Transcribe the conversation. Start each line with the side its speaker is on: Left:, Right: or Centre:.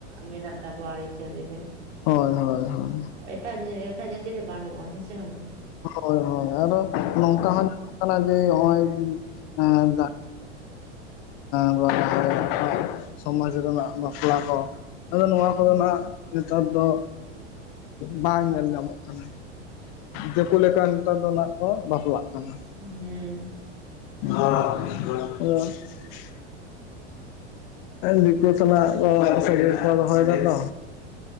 Right: ᱢᱮᱱᱟᱜ ᱛᱟᱵᱚᱣᱟ ᱟᱹᱨᱤᱪᱟᱹᱨᱤ ᱨᱮ᱾
Left: ᱦᱳᱭ ᱦᱳᱭ ᱦᱳᱭ᱾
Right: ᱮᱴᱟᱜ ᱮᱴᱟᱜ ᱡᱟᱹᱛᱤ ᱨᱮ ᱵᱟᱹᱱᱩᱜᱼᱟ᱾ ᱦᱮᱸ ᱥᱮ ᱵᱟᱝᱟ?
Left: ᱦᱳᱭ ᱦᱳᱭ, ᱟᱨᱚ ᱱᱚᱝᱠᱟ ᱦᱚᱸ ᱧᱮᱞᱚᱜ ᱠᱟᱱᱟ ᱡᱮ ᱦᱚᱸᱜ-ᱚᱭ ᱮᱸ ᱫᱟ <inaudible> ᱥᱚᱢᱟᱡᱽ ᱨᱮᱱᱟᱜ ᱵᱟᱯᱞᱟ ᱠᱚ, ᱟᱫᱚ ᱱᱚᱣᱟ
Right: ᱦᱮᱸ
Left: ᱠᱚᱫᱚ ᱱᱟᱦᱟᱜ ᱱᱮᱛᱟᱨ ᱫᱚ ᱵᱟᱝ ᱧᱮᱞ ᱧᱟᱢᱚᱜ ᱠᱟᱱᱟ᱾ ᱫᱮᱠᱳ ᱞᱮᱠᱟ ᱱᱮᱛᱟᱨ ᱫᱚ ᱱᱟᱦᱟᱜ ᱠᱚ ᱵᱟᱯᱞᱟᱜ ᱠᱟᱱᱟ᱾
Right: ᱦᱩᱸ᱾
Left: <unintelligible> ᱫᱤᱠᱩ ᱥᱟᱞᱟᱜ ᱦᱚ ᱥᱟᱹᱜᱟᱹᱭ ᱠᱚ ᱫᱚᱦᱚᱭ ᱫᱟ ᱛᱚ᱾